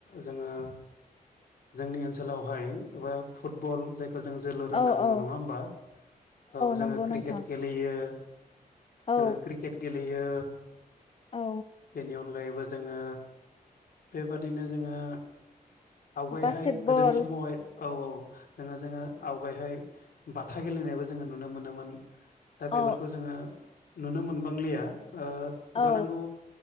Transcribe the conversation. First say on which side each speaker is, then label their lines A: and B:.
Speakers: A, on the left (about 85°); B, on the left (about 40°).
A: जोङो जोंनि ओनसोलावहाय एबा फुटबल जाय खौ जों जोलुर होनना
B: औ
A: बुङो
B: औ
A: नङा होमबा! औ जोङो
B: नंगौ
A: क्रिकेट
B: नोंथां
A: गेलेयो
B: औ
A: जोङो क्रिकेट गेलेयो
B: औ
A: बेनि अनगायैबो जोङो बेबादिनो जोङो आवगायहाय
B: बास्केट
A: गोदोनि
B: बल
A: समावहाय औ औ जोङो जोङो, आवगायहाय बाथा गेलेनायबो जोङो नुनो मोनोमोन दा
B: औ
A: बेफोरखौ जोङो नुनो मोनबांलिया, ओ
B: औ
A: जानांगौ